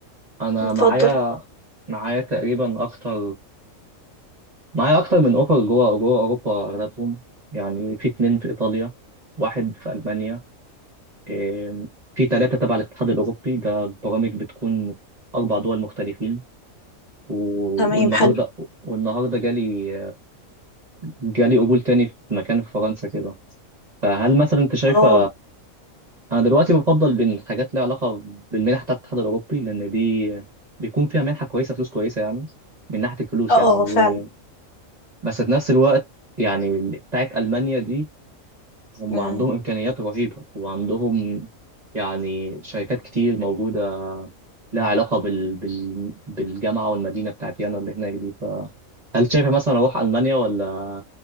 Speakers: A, on the right; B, on the left.
A: انا
B: اتفضل
A: معايا معايا تقريبا اكتر معايا اكتر من اوفر جوه جوه اوروبا اغلبهم يعني في اتنين في ايطاليا واحد في المانيا إيه، في ثلاثة تبع الاتحاد الاوروبي ده برامج بتكون اربع دول مختلفين و-
B: تمام
A: والنهارده
B: حلو
A: والنهارده جالي جالي قبول تاني في مكان في فرنسا كده فهل مثلا انت شايفة
B: اه
A: انا دلوقتي بفضل بين حاجات ليها علاقه بالمنح بتاعت الاتحاد الاوروبي لان دي بيكون فيها منحه كويسه فلوس كويسه يعني من ناحيه الفلوس
B: اه
A: يعني و...
B: آه، فعلا
A: بس في نفس الوقت يعني بتاعت المانيا دي هم
B: مم.
A: عندهم امكانيات رهيبه وعندهم يعني شركات كتير موجوده لها علاقه بال... بال... بالجامعه والمدينه بتاعت يانا اللي هناك دي فهل شايفه مثلا اروح المانيا ولا